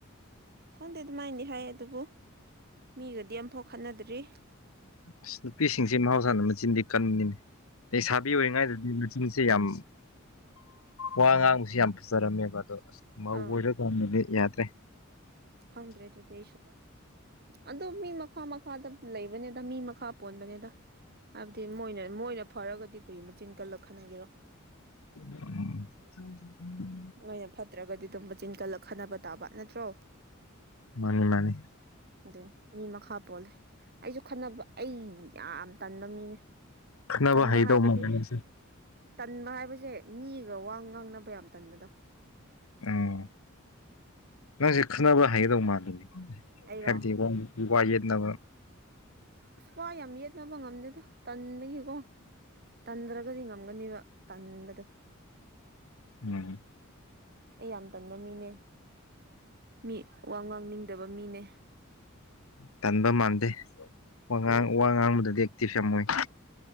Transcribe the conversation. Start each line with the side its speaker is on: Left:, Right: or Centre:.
Right: ꯈꯪꯗꯦ ꯑꯗꯨꯃꯥꯏꯟꯗꯤ ꯍꯥꯏ ꯑꯗꯨꯕꯨ ꯃꯤꯒꯗꯤ ꯑꯝꯐꯥꯎ ꯈꯠꯅꯗ꯭ꯔꯤ
Left: ꯑꯁ ꯅꯨꯄꯤꯁꯤꯡꯁꯦ ꯃꯍꯧꯁꯥꯅ ꯃꯆꯤꯟꯗꯤ ꯀꯟꯕꯅꯤꯅꯦ ꯂꯩꯁꯥꯕꯤ ꯑꯣꯏꯔꯤꯉꯩꯗꯗꯤ ꯅꯨ ꯆꯤꯟꯁꯦ ꯌꯥꯝ ꯋꯥ ꯉꯥꯡꯕꯁꯤ ꯌꯥꯝ ꯐꯖꯔꯝꯃꯦꯕ ꯑꯗꯣ ꯑꯁ ꯃꯧ
Right: ꯑꯥ
Left: ꯑꯣꯏꯔ ꯀꯟꯗꯗꯤ ꯌꯥꯗ꯭ꯔꯦ
Right: ꯈꯪꯗ꯭ꯔꯦ ꯑꯗꯨꯗꯤ ꯑꯩꯁꯨ ꯑꯗꯣ ꯃꯤ ꯃꯈꯥ ꯃꯈꯥꯗ ꯂꯩꯕꯅꯦꯗ ꯃꯤ ꯃꯈꯥ ꯄꯣꯟꯕꯅꯦꯗ ꯍꯥꯏꯕꯗꯤ ꯃꯣꯏꯅ ꯃꯣꯏꯅ ꯐꯔꯒꯗꯤ ꯀꯔꯤ ꯃꯆꯤꯟ ꯀꯜꯂ ꯈꯠꯅꯒꯦꯔꯣ
Left: <unintelligible>
Right: ꯃꯣꯏꯅ ꯐꯠꯇ꯭ꯔꯒꯗꯤ ꯗꯨꯝ ꯃꯆꯤꯟ ꯀꯜꯂ ꯈꯟꯅꯕ ꯇꯥꯕ ꯅꯠꯇ꯭ꯔꯣ
Left: ꯃꯥꯅꯦ ꯃꯥꯅꯦ
Right: ꯑꯗꯨꯅꯦ ꯃꯤ ꯃꯈꯥ ꯄꯣꯜꯂꯦ ꯑꯩꯖꯨ ꯈꯠꯅꯕ ꯑꯩ ꯌꯥꯝ ꯇꯟꯕ ꯃꯤꯅꯦ
Left: ꯈꯠꯅꯕ
Right: ꯇꯟꯕ
Left: ꯍꯩꯗꯧ
Right: ꯍꯥꯏꯕꯗꯤꯅꯦ
Left: ꯃꯥꯜꯂꯦ ꯅꯪꯁꯦ
Right: ꯇꯟꯕ ꯍꯥꯏꯕꯁꯦ ꯃꯤꯒ ꯋꯥ ꯉꯥꯡꯅꯕ ꯌꯥꯝ ꯇꯟꯕꯗꯣ
Left: ꯑꯥꯎ ꯅꯪꯖꯦ ꯈꯠꯅꯕ ꯍꯩꯒꯗꯕ ꯃꯥꯟꯗꯦ
Right: ꯑꯩꯔꯣ
Left: ꯍꯥꯏꯕꯗꯤ ꯋꯡ ꯎ ꯋꯥ ꯌꯦꯠꯅ
Right: ꯑꯁ ꯋꯥ ꯌꯥꯝ ꯌꯦꯠꯅꯕ ꯉꯝꯗꯦꯗ ꯇꯟꯕꯒꯤꯀꯣ ꯇꯟꯗ꯭ꯔꯒꯗꯤ ꯉꯝꯒꯅꯤꯕ ꯇꯟꯕꯗꯨ
Left: ꯎꯝ
Right: ꯑꯩ ꯌꯥꯝ ꯇꯟꯕ ꯃꯤꯅꯦ ꯃꯤ ꯋꯥ ꯉꯥꯡꯅꯤꯡꯗꯕ ꯃꯤꯅꯦ
Left: ꯇꯟꯕ ꯃꯥꯟꯗꯦ ꯋꯥ ꯉꯥꯡ ꯋꯥ ꯉꯥꯡꯕꯗꯥꯗꯤ ꯑꯦꯛꯇꯤꯞ ꯌꯥꯝ ꯃꯣꯏ